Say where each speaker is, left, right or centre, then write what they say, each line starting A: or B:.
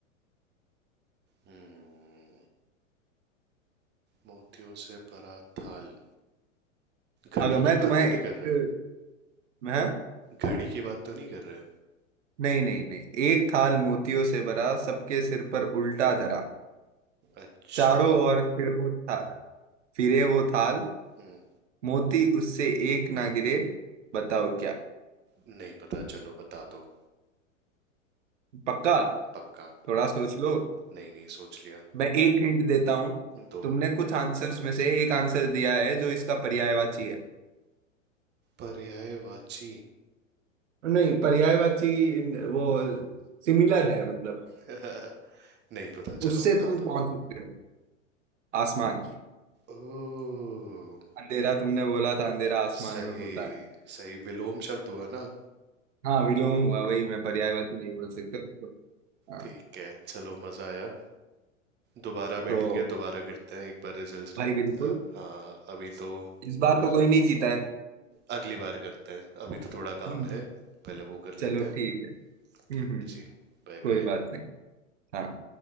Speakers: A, on the right (about 25°); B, on the right (about 65°).
A: हम्म। मोतियों से भरा थाल घड़ी
B: अगर मैं
A: की
B: तुम्हें
A: बात तो
B: एक
A: नहीं कर रहे
B: मैं
A: घड़ी की बात तो नहीं कर रहे
B: नहीं नहीं नहीं एक थाल मोतियों से भरा सबके सिर पर उल्टा धरा
A: अच्छा
B: चारों ओर फिर वो था फिरे वो थाल
A: हम्म
B: मोती उससे एक ना गिरे बताओ क्या
A: नहीं पता चलो बता दो
B: पक्का
A: पक्का
B: थोड़ा सोच लो
A: नहीं नहीं सोच लिया
B: मैं एक हिंट देता हूँ
A: दो
B: तुमने कुछ आंसर्स में से एक आंसर दिया है जो इसका पर्यायवाची है
A: पर्यायवाची
B: नहीं पर्यायवाची वो सिमिलर है मतलब
A: <laughs> नहीं पता चलो
B: उससे
A: बता
B: तुम
A: दो
B: पहुंच सकते हो आसमान
A: ओ
B: अंधेरा तुमने बोला था अंधेरा आसमान
A: सही
B: में होता है
A: सही विलोम शब्द हुआ ना
B: हाँ विलोम हुआ वही मैं पर्यायवाची नहीं बोल सकता हाँ,
A: ठीक है चलो मजा आया दोबारा बैठेंगे
B: तो
A: दोबारा करते हैं एक बार रिजल्ट्स
B: भाई
A: ना
B: बिल्कुल
A: अब हाँ अभी तो
B: इस बार
A: कुछ
B: तो कोई नहीं जीता है
A: अगली बार करते हैं अभी तो थोड़ा काम
B: <laughs>
A: है पहले वो कर
B: चलो
A: लेते हैं
B: ठीक है हम्म
A: ठीक
B: हम्म,
A: है जी Bye
B: कोई
A: bye
B: बात नहीं हाँ